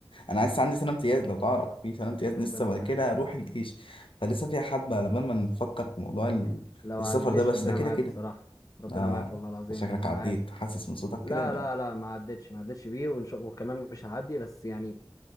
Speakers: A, on the left; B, on the left.
A: انا لسه عندي سنه امتياز لو تعرف في سنه امتياز
B: ربنا
A: لسه بعد
B: معاك
A: كده اروح الجيش فلسه
B: لا،
A: فيها حبه على بال ما نفكر في موضوع ال-
B: لو
A: السفر
B: على الجيش
A: ده بس
B: ربنا
A: ده كده
B: معاك
A: كده
B: بصراحه ربنا
A: اه
B: معاك والله العظيم
A: شكلك
B: انا
A: عديت
B: عارف
A: حاسس من صوتك
B: لا
A: كده إن-
B: لا لا ما عدتش ما عدتش بيه وان شاء وكمان مش هعدي بس يعني